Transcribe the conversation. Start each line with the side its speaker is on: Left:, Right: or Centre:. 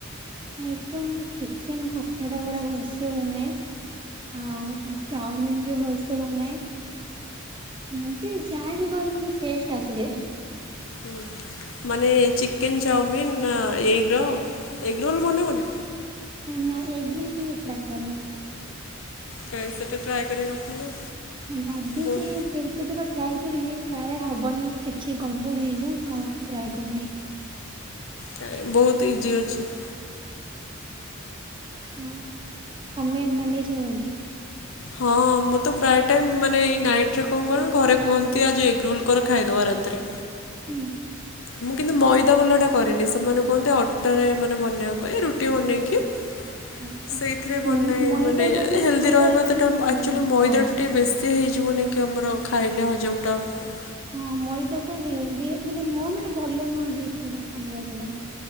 Right: ଆଇଟମ୍ ଚିକେନ କଷାଟା ପୁରା ଭଲସେ ବନାଏ। ଆଉ କଣ ଚାଉମିିନ ବି ଭଲସେ ବନାଏ। ଏମିତି ଯାହା ବି କରେ କିନ୍ତୁ ଟେଷ୍ଟ ଆସିଯାଏ।
Left: ହୁଁ ମାନେ ଚିକେନ୍ ଚାଉମିନ୍ ନା ଏଗ୍ ର ଏଗ୍ ରୋଲ୍ ବନେ ବନା।
Right: ନା ଏଗ୍ ରୁଲ୍ କେବେ ଟ୍ରାଏ କରିନି।
Left: କାହିଁ ସେଟା ଟ୍ରାଏ କରିବା କଥା ନା।
Right: ହୁଁ ଭାବିଚି।
Left: ବହୁତ
Right: କେତେ ଦୂର ଟ୍ରାଏ କରିବି କାଳେ ହବନି କିଛି ଗଡ଼ବଡ଼ ହେଇଯିବ ମୁଁ ଆଉ ଟ୍ରାଏ କରିନି।
Left: ଟାଇମ୍ ବହୁତୁ ଇଜି ଅଛି।
Right: ହୁଁ ଆମେ ବନେଇଛୁ ବୋଧେ।
Left: ହଁ ମୁଁ ତ ପ୍ରାୟ ଟାଇମ୍ ମାନେ ଏଇ ନାଇଟ ରେ କଣ କନ ଘରେ କୁହନ୍ତି ଆଜି ଏଗ ରୋଲ କର ଖାଇଦବା ରାତିରେ।
Right: ହୁଁ
Left: ମୁଁ କିନ୍ତୁ ମଇଦା ଭଲାଟା କରିନି ସେମାନେ କୁହନ୍ତି ଅଟାରେ ମାନେ ବନେଇବା ପାଇଁ ରୁଟି ବନେଇକି <inaudible>
Right: ଓହୋ।
Left: ସେଇଥିରେ ବନାଏ
Right: ମଇଦା
Left: ମାନେ
Right: ଟା ବି
Left: ହେଲ୍ଦି
Right: ଖାଇବା
Left: ରହିବ
Right: ଏତେ
Left: ତାଟା
Right: ଭଲ
Left: ଆକ୍ଚୁଆଲି
Right: ନୁହଁ
Left: ମଇଦାଟା
Right: ହଁ।
Left: ଟିକେ ବେଶୀ ସେ ହେଇଯିବନି କି ଆମର ଖାଇଲେ ହଜମ ଟା ହବ
Right: ହଁ ମଇଦ ଟା ହେଲଦି ମାନେ ନୁହଁ ମାନେ ଭଲ ନୁହଁ ବି ଏତେଟା ଖାଇବା ସେଟା।